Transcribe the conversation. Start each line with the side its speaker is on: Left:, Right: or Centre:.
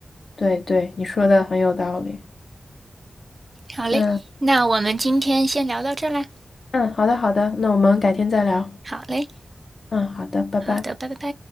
Left: 对对，你说的很有道理。
Right: 好嘞，
Left: 嗯
Right: 那我们今天先聊到这啦。
Left: 嗯，好的好的，那我们改天再聊。
Right: 好嘞，
Left: 嗯，好的，拜拜。
Right: 好的，拜拜拜。